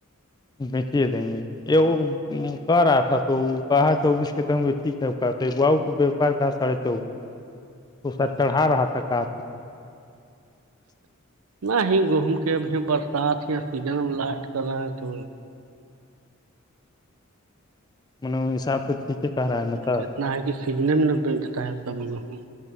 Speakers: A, on the left; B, on the right.
A: بیچے دیں گے یہ وہ کہ رہا تھا تو کہا چوبیس کے ت ٹھیک ہےا باؤ کو وپار کہا سڑھے چوبیس تو سا چڑھا
B: ہ
A: رہا تھا کہ تو
B: نہ ہی گہوم کے اب یہ برسات سیزن ا لاسٹ کر رہا ہے تو
A: مط حساب سے ٹھیک کہ رہا ہے نا تھا
B: کتنا ہے کہ سیزنے میں نہ بٹ جاتتا ہے سب گیہم